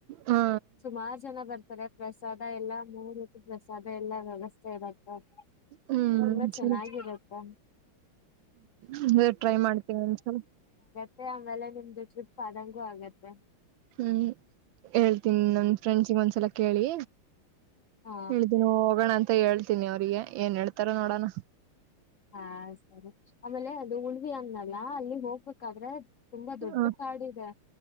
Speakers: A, on the right; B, on the left.
A: ಹಾ
B: ಸುಮಾರು ಜನ ಬರ್ತಾರೆ ಪ್ರಸಾದ ಎಲ್ಲಾ ಮೂರೋತ್ ಪ್ರಸಾದ ಎಲ್ಲಾ ವ್ಯವಸ್ಥೆ ಇರತ್ತೆ ಹ
A: ಹ್ಮ್
B: ತುಂಬಾ ಚೆನ್ನಾಗಿರತ್ತೆ
A: ಸರಿ
B: ಹಇನಾಡಿಬಲ್
A: ಹ್ಮ್ ಟ್ರೈ ಮಾಡ್ತೇವಿ ಒಂದಸಲ
B: ಮ ಆಮೇಲೆ ನಿಮ್ದು ಟ್ರಿಪ್ ಆದಂಗೂ ಆಗತ್ತೆ
A: ಹ್ಮ್ ಹೇಳ್ತೀನಿ ನನ್ ಫ್ರೆಂಡ್ಸಗ್ ಒಂದ್ಸಲ ಕೇಳಿ
B: ಹಾ
A: ಹೇಳಿದೆ ನ ಹೋಗೋಣ ಅಂತ ಮತ್ತ ಹೇಳ್ತಿನಿ ಅವರಿಗೆ ಏನ್ ಹೇ ತ್ತರ ನೋಡೋಣ
B: ಹಾ ಸರಿ ಆಮೇಲೆ ಅದು ಉಳವಿ ಅಂತ ಅಲ್ಲ ಅಲ್ಲಿ ಹೋಗ್ಬೇಕಾದ್ರೆ ತುಂಬಾ
A: ಹ
B: ದೊಡ್ಡ ಕಾಡ ಇದೆ